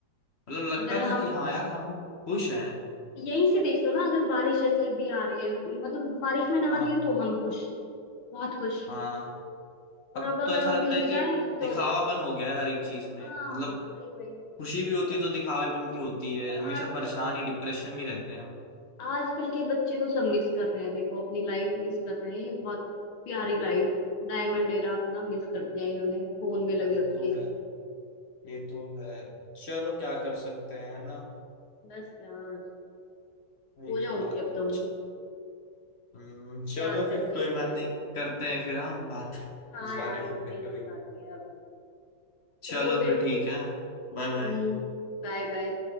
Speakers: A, on the left; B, on the left.
A: मतलब लगता
B: अगर हम
A: था कि हाँ यार हम खुश हैं
B: यहीं से देख लो ना अगर बारिश जैसे अभी आ रही है हम- मतलब बारिश में नहा
A: हाँ
B: रही है तो हम खुश बहुत खुश
A: हाँ
B: और
A: अब
B: अब अगर
A: तो ऐसा
B: हम
A: लगता
B: भीग
A: है कि
B: जाएं
A: दिखावापन
B: तो
A: हो गया है हर एक चीज में
B: हाँ
A: मतलब
B: वही वही
A: खुशी भी होती
B: और,
A: है तो दिखावेपन की होती है
B: और
A: हमेशा
B: आज
A: परेशान ही डिप्रेशन में रहते हैं हम
B: आजकल के बच्चे तो सब मिस कर रहे हैं देखो अपनी लाइफ मिस कर रहे हैं ये बहुत प्यारी लाइफ डायमंड एरा अपना मिस कर दिया इन्होंने फोन में लग
A: ये
B: लग
A: तो
B: के
A: है ये तो है चलो क्या कर सकते हैं है ना
B: बस यार
A: वही
B: हो जाऊंगी
A: तो बात
B: अब
A: है
B: तो मैं
A: हम्म, चलो
B: याद
A: फिर
B: करते
A: कोई
B: करते
A: बात नहीं करते हैं फिर हाँ हम बात <laughs>
B: हाँ
A: इस बारे
B: यार
A: में
B: मिलते
A: फिर
B: हैं
A: कभी
B: बाद में अब
A: चलो
B: चलो फिर
A: फिर ठीक है Bye bye
B: हम्म बाय बाय